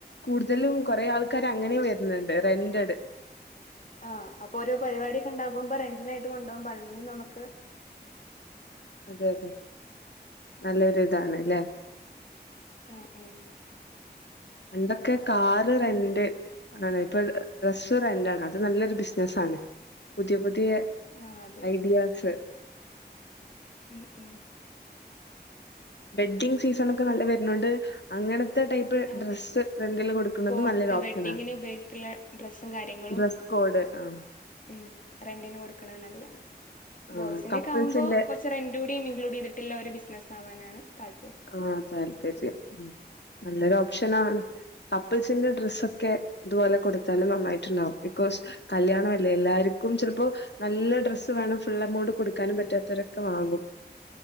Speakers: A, on the left; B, on the left.
A: കൂടുതലും കുറേ ആൾക്കാര് അങ്ങനെ വര്ണ് ണ്ട് റെന്റെട്.
B: ആഹ് അപ്പൊ ഓരോ പരിവാടിയൊക്കെ ഉണ്ടാകുമ്പോ റെന്റിനായിട്ട് കൊണ്ട്പോവുമ്പോ അതിൽ നിന്ന് നമ്ക്ക്.
A: അതെ, അതെ നല്ലൊരുതാണ്ല്ലേ.
B: ഉം ഉം.
A: പണ്ടൊക്കെ കാറ്
B: അങ്ങനെ
A: റെന്റ്. ആണാണ് ഇപ്പൊ ഡ്രസ്സ്‌ റെന്റാണ് അത് നല്ലൊരു ബിസിനസാണ് പുതിയ, പുതിയ.
B: ആഹ് അതെ
A: ഐഡിയാസ്.
B: ഉം, ഉം.
A: വെഡ്ഢിങ്ങ് സീസൺ ഒക്കെ നല്ലോ വര്ന്നോണ്ട് അങ്ങനത്തെ ടൈപ്പ്. പ്പ്
B: അതെ
A: ഡ്രസ്സ് റെന്റില് കൊട്ക്ക്ണത്
B: കോട്ട്
A: നല്ലൊരു ഓപ്ഷനാ
B: വെഡ്ഡിങ്ങിന് ഉപയോഗിക്കുള്ള ഡ്രസ്സും കാര്യങ്ങളും
A: ഡ്രസ്സ്‌. കോഡ് ആഹ്.
B: ഉം റെന്റിന് കൊടുക്ക്ണ് നല്ലാണ്
A: ആഹ്
B: ബോയ്സിന്റെക്കെ
A: കപ്പിൾസിന്റെ
B: ആവുമ്പോ കൊറച്ച് റെന്റ്. ന്റ്റൂടി ഇൻക്ലൂഡ് ചെയ്ത്ട്ടില്ലെ ഒരു ബിസ്നസാവാനാണ് താല്പര്യം.
A: ആഹ് താല്പര്യം ഉം നല്ലൊരു ഓപ്ഷനാണ്. കപ്പിൾസിന്റെ ഡ്രസ്സൊക്കെ ഇതുപോലെ കൊടുത്താല് നന്നായിട്ട്ണ്ടാവും ബിക്കോസ്. കല്ല്യാണമല്ലേ എല്ലാര്ക്കും ചെലപ്പോ. നല്ല ഡ്രസ്സ് വേണം ഫുൾ എമൗണ്ട് കൊടുക്കാനും പറ്റാത്തവരൊക്കെ വാങ്ങും.